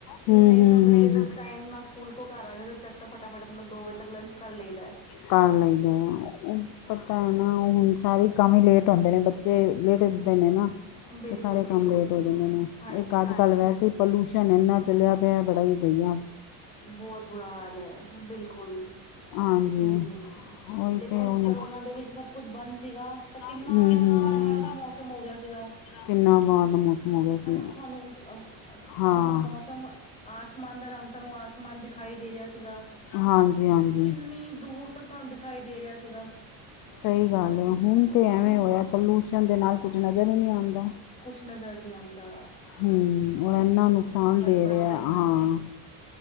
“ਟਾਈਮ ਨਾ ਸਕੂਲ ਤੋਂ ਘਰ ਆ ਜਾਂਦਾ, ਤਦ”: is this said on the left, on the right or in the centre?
Left